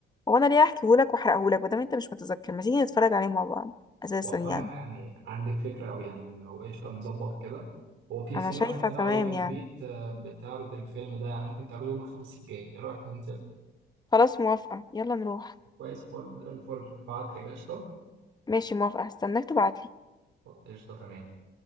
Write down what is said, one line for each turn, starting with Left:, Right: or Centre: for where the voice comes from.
Left: هو انا ليه احكيه لك واحرقه لك بدل انت مش متذكر ما تيجي نتفرج عليه مع بعض اساسا
Right: والله
Left: يعني
Right: يعني عندك فكرة أوي يعني لو قشطة نظبط كده هو في
Left: انا
Right: سينما
Left: شايفه
Right: عندنا
Left: تمام
Right: قريبة من
Left: يعني
Right: البيت آه، بتعرض الفيلم ده يعني ممكن تعرضه يوم الخميس الجاي إيه رأيك ننزل؟
Left: خلاص موافقه يلا نروح
Right: كويس فل الفل هبعتلك قشطة
Left: ماشي موافقه هستناك تبعتلي
Right: قشطة تمام